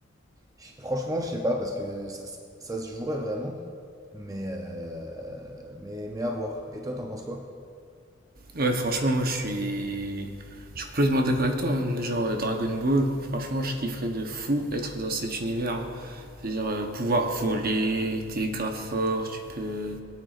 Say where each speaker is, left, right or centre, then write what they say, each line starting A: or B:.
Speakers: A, on the right; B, on the right.
A: Je- Franchement, je sais pas, parce que ça, ça- ça se jouerait vraiment, mais, euh, mais, mais à voir. Et toi, t'en penses quoi?
B: Ouais, franchement, moi je suis. Je suis complètement d'accord avec toi. hein. Genre euh, Dragon Ball, franchement, je kifferais de fou être dans cet univers. hein. C'est-à-dire euh, pouvoir voler, t'es grave fort, tu peux.